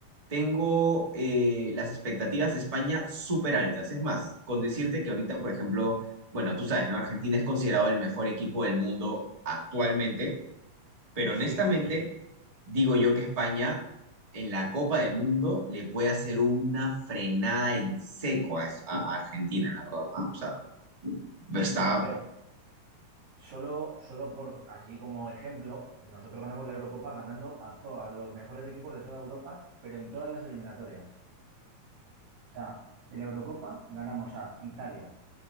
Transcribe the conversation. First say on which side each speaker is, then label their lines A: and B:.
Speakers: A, on the right (about 25°); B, on the right (about 60°).
A: tengo eh, las expectativas de España súper altas. Es más, con decirte que ahorita, por ejemplo, bueno, tú sabes, ¿no? Argentina es considerado el mejor equipo del mundo actualmente Pero honestamente,
B: Sí, sí.
A: digo yo que España en la Copa del Mundo le puede hacer una frenada en seco a, es- a Argentina, la verdad. ¿no? O sea, está...
B: Hombre, a ver, solo, solo por, así como ejemplo, nosotros ganamos la Eurocopa ganando a todos los mejores equipos de toda Europa, pero en todas las eliminatorias. O sea, en la Eurocopa ganamos a Italia,